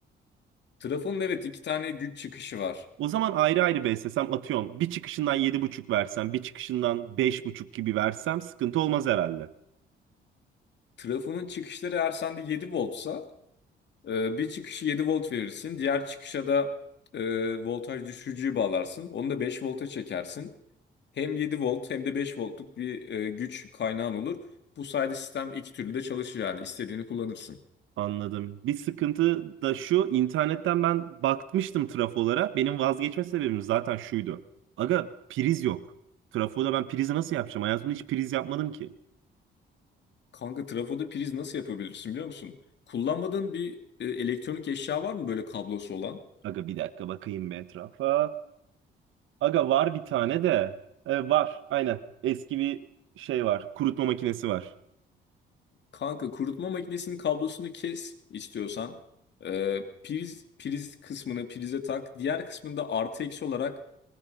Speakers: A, on the left; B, on the right.
A: Trafonun evet iki tane güç çıkışı var.
B: O zaman ayrı ayrı beslesem atıyorum. Bir çıkışından yedi buçuk versem, bir çıkışından beş buçuk gibi versem sıkıntı olmaz herhalde.
A: Trafonun çıkışları eğer sende 7 voltsa e, bir çıkışı 7 volt verirsin. Diğer çıkışa da e, voltaj düşürücüyü bağlarsın. Onu da 5 volta çekersin. Hem 7 volt hem de 5 voltluk bir e, güç kaynağın olur. Bu sayede sistem iki türlü de çalışır yani istediğini kullanırsın.
B: Anladım. Bir sıkıntı da şu, internetten ben bakmıştım trafolara. Benim vazgeçme sebebim zaten şuydu. Aga priz yok. Trafoda ben prizi nasıl yapacağım? Hayatımda hiç priz yapmadım ki.
A: Kanka trafoda priz nasıl yapabilirsin biliyor musun? Kullanmadığın bir e, elektronik eşya var mı böyle kablosu olan?
B: Aga bir dakika bakayım bir etrafa. Aga var bir tane de. E, var aynen. Eski bir şey var. Kurutma makinesi var.
A: Kanka kurutma makinesinin kablosunu kes istiyorsan. Ee, priz, priz kısmını prize tak. Diğer kısmında artı eksi olarak